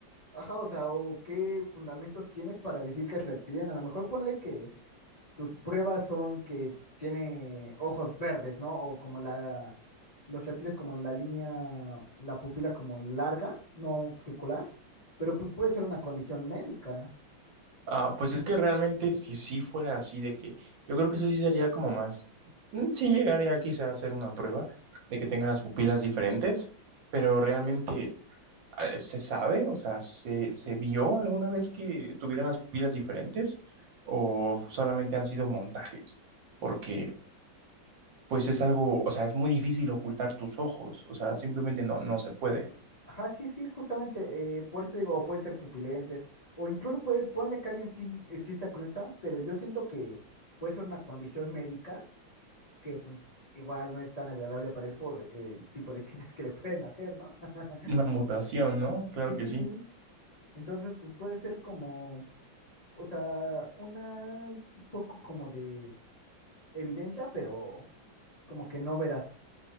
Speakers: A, on the left; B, on the right.
A: Ajá, o sea, o qué fundamentos tienes para decir que es reptiliano. A lo mejor ponle que Tus pruebas son que tiene ojos verdes, ¿no? O como la, los reptiles como la línea, la pupila como larga, no circular, pero pues puede ser una condición médica.
B: Ah, pues es que realmente si sí fuera así de que yo creo que eso sí sería como más, mm, sí llegaría quizá a hacer una prueba de que tengan las pupilas diferentes, pero realmente Eh, ¿Se sabe? O sea, ¿se, se vio alguna vez que tuvieran las pupilas diferentes o solamente han sido montajes? Porque pues es algo, o sea, es muy difícil ocultar tus ojos, o sea, simplemente no, no se puede.
A: Ajá, sí, sí, justamente, eh, por eso digo, o puede ser pupilentes, o incluso puede, ponle que alguien sí exista con esa, pero yo siento que puede ser una condición médica que pues igual no es tan agradable para él por el tipo de <laughs> chistes que le pueden hacer, ¿no? <laughs>
B: Una mutación, ¿no? Claro
A: Sí,
B: que
A: sí,
B: sí.
A: sí. Entonces, pues puede ser como o sea, una un poco como de evidencia, pero como que no verás.